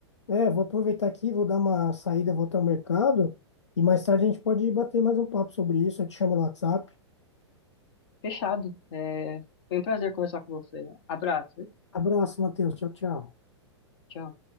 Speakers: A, on the left; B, on the left.
A: É, vou aproveitar aqui, vou dar uma saída, vou até o mercado e mais tarde a gente pode bater mais um papo sobre isso. Eu te chamo no WhatsApp.
B: Fechado. É, foi um prazer conversar com você. Abraço.
A: Abraço, Matheus. Tchau, tchau.
B: Tchau.